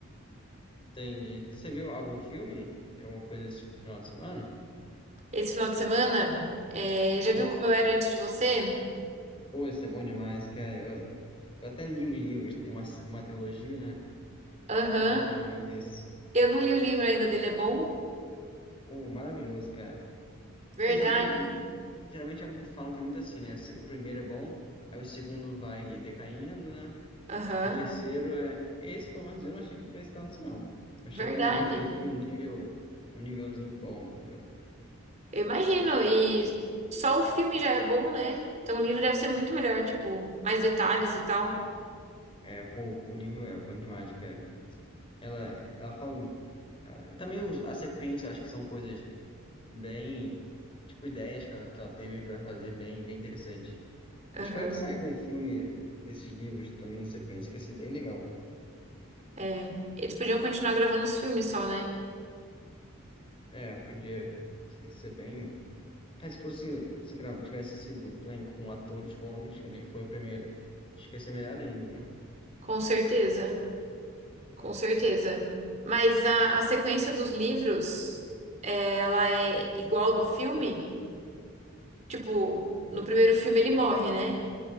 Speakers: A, on the left (about 25°); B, on the right (about 30°).
A: entendi. Você viu algum filme? Alguma coisa esse final de semana?
B: Esse final de semana, é, já
A: Isso.
B: viu como eu era antes de você?
A: Pô, isso é bom demais, cara. Eu, eu até li os livros, tem uma, uma trilogia, né?
B: Aham.
A: Pô, bom demais esse.
B: Eu não li o livro ainda dele, é bom?
A: Pô, maravilhoso, cara.
B: Verdade.
A: Por exemplo, tem, geralmente é muito, falam que é muito assim, né? Se- O primeiro é bom, aí o segundo vai decaindo, né?
B: Aham.
A: E o terceiro é. é Esse, pelo menos, eu não achei que foi esse tanto, assim, não. Eu achei
B: Verdade.
A: que manteve um nível, um nívelzinho bom, entendeu?
B: Eu imagino. E só o filme já é bom, né? Então o livro deve ser muito melhor, tipo, mais detalhes e tal.
A: É, pô, o livro é o Ponto de Mágica. Ela, ela fala. ela- e também os- a sequência, eu acho que são coisas bem. Tipo, ideias que ela, que ela teve pra fazer bem, bem interessantes.
B: Aham.
A: Eu espero que saia algum filme desses livros também em sequência, que ia ser bem legal.
B: É. Eles podiam continuar gravando os filmes só, né?
A: É, podia ser ser bem. É, se fosse, se gra- tivesse sido também com atores bons, que nem foi o primeiro, acho que ia ser melhor ainda, né?
B: Com certeza. Com certeza. Mas a, a sequência dos livros, é, ela é igual do filme? Tipo, no primeiro filme ele morre, né?